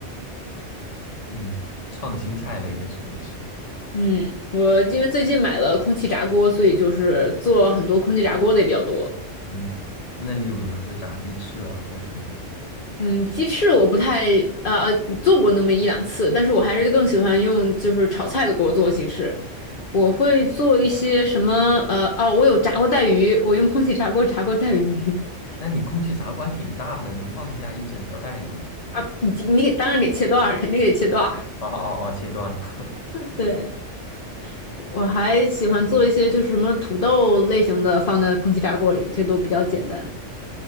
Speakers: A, on the left (about 30°); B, on the left (about 50°).
A: 嗯，创新菜了也属于是。
B: 嗯，我因为最近买了空气炸锅，所以就是做很多空气炸锅的也比较多。
A: 嗯，那例如呢，就炸鸡翅啊或什么的嘛。
B: 嗯，鸡翅我不太呃呃做过那么一两次，但是我还是更喜欢用就是炒菜的锅做鸡翅。我会做一些什么呃哦，我有炸过带鱼，我用空气炸锅炸过带鱼 <laughs>
A: 那你空气炸锅还挺大的，能放下一整条带鱼。
B: 啊，你你给当然给切段儿，肯定给切段儿。
A: 哦哦哦，切断的。
B: 对，我还喜欢做一些就是什么土豆类型的放在空气炸锅里，这都比较简单。